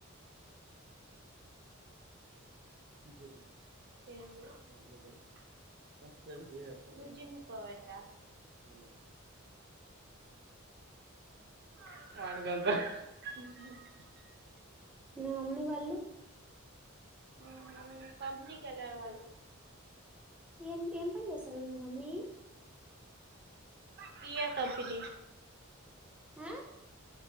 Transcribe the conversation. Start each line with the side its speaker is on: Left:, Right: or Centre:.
Right: <inaudible> <unintelligible>
Centre: మీ మమ్మీ వాళ్ళు
Right: మ్మ్ కంపెనీ కెల్లారు వాళ్ళు
Centre: ఏం ఏం పని చేసది వీళ్ళ మమ్మీ
Right: దియా కంపెనీ
Centre: హా